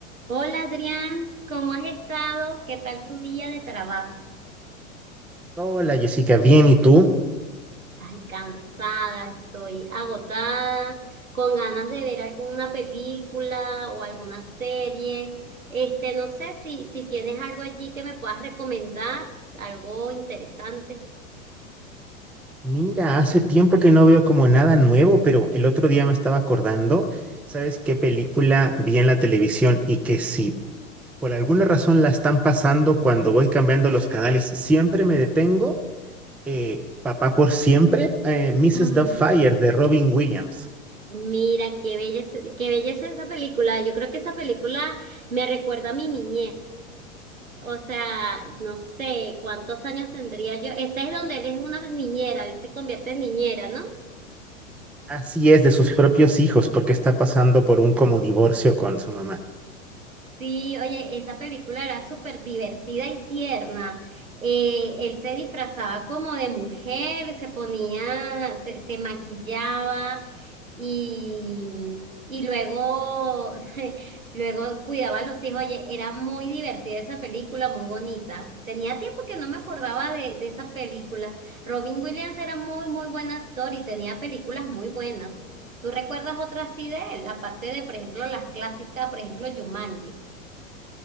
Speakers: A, on the right; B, in the centre.
A: Hola Adrián, ¿cómo has estado? ¿Qué tal tu día de trabajo?
B: Hola Jessica, bien, ¿y tú?
A: Ay, cansada, estoy agotada, con ganas de ver alguna película o alguna serie. Este, no sé si, si tienes algo allí que me puedas recomendar, algo interesante.
B: Mira, hace tiempo que no veo como nada nuevo, pero el otro día me estaba acordando, ¿sabes qué película vi en la televisión y que si por alguna razón la están pasando cuando voy cambiando los canales, siempre me detengo? eh, Papá por siempre, eh, Mrs.
A: Ay,
B: Doubtfire de Robin Williams.
A: mira, qué belleza, qué belleza esa película. Yo creo que esa película me recuerda a mi niñez. O sea, no sé cuántos años tendría yo. Esa es donde él es una niñera, él se convierte en niñera, ¿no?
B: Así es, de sus propios hijos, porque está pasando por un como divorcio con su mamá.
A: Sí, oye, esa película era súper divertida y tierna. Eh, él se disfrazaba como de mujer, se ponía, se, se maquillaba y, y luego, <laughs> luego cuidaba a los hijos. Oye, era muy divertida esa película, muy bonita. Tenía tiempo que no me acordaba de, de esa película. Robin Williams era muy, muy buen actor y tenía películas muy buenas. ¿Tú recuerdas otra así de él? Aparte de, por ejemplo, las clásicas, por ejemplo, Jumanji.